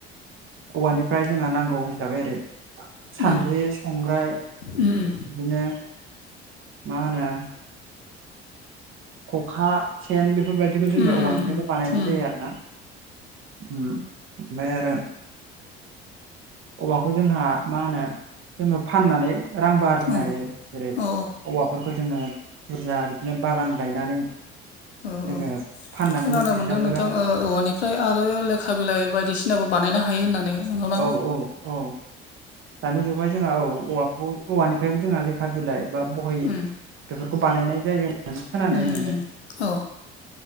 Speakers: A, on the right; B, on the left.
A: औवानिफ्राय जोंहा नांगौ हिसाबै ओरै सानद्रि
B: उम
A: संग्राय
B: उम उम
A: बिदिनो मा होनो खखा सेन बेफोरबायदिखौ जोङो
B: उम
A: औवानिफ्रायनो बानायनाय
B: उम
A: जायो आरो ना उम। ओमफाय आरो औवाखौ जोंहा मा होनो जोङो फाननानै रांबो आरजिनो
B: औ
A: हायो जेरै
B: औ
A: औवाफोरखौ जोङो बुरजा बिदिनो बागान गायनानै
B: औ
A: जोङो
B: औ
A: फाननानै
B: खोनानो
A: जों
B: मोनदों
A: फैसाबो
B: नोंथां
A: रां
B: ओ औवानिफ्राय आरो लेखा बिलाइ बायदिसिनाबो बानायनो हायो होननानै नंगौना
A: औ औ औ दानि जुगाव जोंहा औ औवाखौ औवानिफ्रायबो जोंहा लेखा लेखा बिलाइ बा बहि
B: उम
A: बेफोरखौ बानायनाय जायो खोनानाय
B: उम
A: मोनदों
B: उम औ